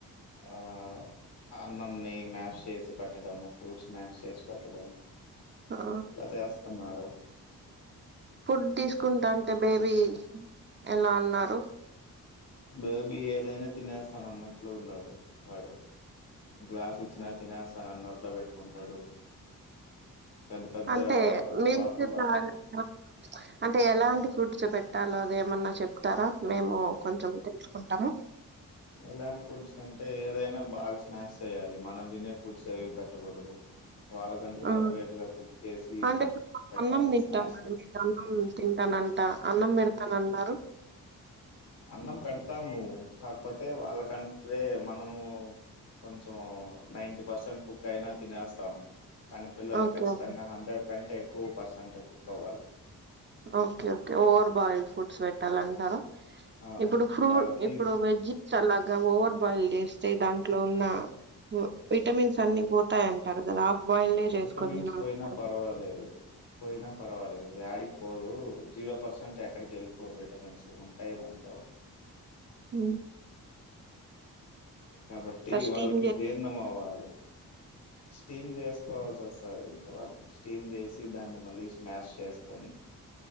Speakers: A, on the left; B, on the right.
A: ఆ అన్నంని మాష్ చేసి పెట్టడం ఫ్రూట్స్ స్నాక్స్ చేసి పెట్టడం
B: ఆ
A: ఇట్లా చేస్తున్నారు.
B: ఫుడ్ తీసుకుంటా అంటే బేబీ ఎలా ఉన్నారు.
A: బేబీ ఏదైనా తినేస్తాన అన్నట్లు ఉన్నాడు వాడు. గ్లాస్ ఇచ్చినా తినేస్తాన అన్న నోట్లో పెట్టుకుంటాడు. పెద్ద పెద్ద
B: అంటే మీకు
A: వాటర్
B: <unintelligible>
A: బాటిల్
B: అంటే ఎలాంటి కుర్చ్ ఖర్చు పెట్టాలా అదేమన్నా చెప్తారా మేము కొంచెం తెలుసుకుంటాము.
A: ఎలాంటి ఫుడ్స్ అంటే ఏదైనా బాగా స్నాక్స్ చేయ్యాలి. మనం తినే ఫుడ్స్ ఏవి పెట్టకూడదు. వాళ్ళకంటూ
B: ఆ
A: సపరేట్ గా కుక్ చేసి
B: అంటే
A: పెట్టాలి
B: అన్నం తింటాం.
A: స్మాష్
B: మనం
A: చేసి
B: అన్నం తింటానంట అన్నం పెడతాన అన్నారు.
A: అన్నం పెడతాము. కాకపోతే వాళ్ళకంటే మనము కొంచెం నైన్టీ పర్సెంట్ కుక్ అయినా తినేస్తాము. కానీ పిల్లలు
B: ఓకే
A: ఖచ్చితంగా
B: ఓకే
A: హండ్రెడ్ కంటే ఎక్కువ పర్సెంట్ కుక్ అవ్వాలి.
B: Okay okay over boiled foods పెట్టాలంటారా
A: అవును
B: ఇప్పుడు ఫ్రూట్
A: వాళ్ళకి
B: ఇప్పుడు వెజ్ సలా ఓవర్ బాయిల్ చేస్తే దాంట్లో ఉన్న విటమిన్స్ అన్ని పోతాయంటారు. కదా బాయిల్డే చేసుకొని
A: విటమన్స్
B: తినాలంటారు
A: పోయినా పర్వాలేదు. పోయినా పర్వాలేదు. యాడి పోదు జీరో పెరసెంట్ ఎక్కడికి వెళ్ళిపోదులే <unintelligible> ఉంటాయి. దాంట్లో
B: హ్మ్
A: కాబట్టి
B: స్టీమ్
A: వాళ్ళకి
B: చేస్తారు
A: జీర్ణం అవ్వాలి. స్టీమ్ చేసుకోవాల్సి వస్తాది. వాళ్ళకి స్టీమ్ చేసి దాన్ని మళ్ళీ స్మాష్ చేసుకొని